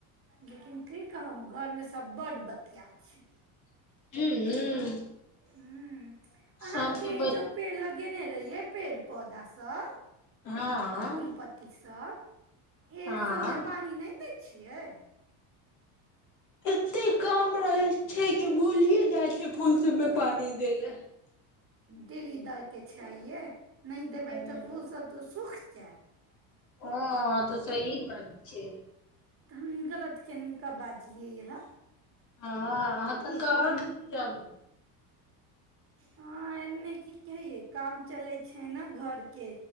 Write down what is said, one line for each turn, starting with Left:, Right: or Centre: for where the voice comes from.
Right: लेकिन की कहू घर में सब बड्ड बतिया छै
Left: हूँ
Right: हूँ अहाँ
Left: सबके
Right: के
Left: बै
Right: जपे लग - के ने रहियै पेड़ पौधासँ
Left: हँ
Right: फूल पत्ती सँ ए
Left: हँ
Right: सब मे पानि नहि एतै छियै
Left: एते काम रहै छै की भूलिये जाइ छियै फूल सबमे पानि दैय ला
Right: तेली दाइ के छै आइये नहि देबै
Left: ले
Right: तऽ फूल सब तऽ सूख <unintelligible>
Left: हँ आ तऽ सही बात छै
Right: तऽ हम गलत किनका बाजलियै ह
Left: हँ अहाँ तनिका आओर दूर जाब
Right: हँ एने की कहियै काम चले छै ने घर के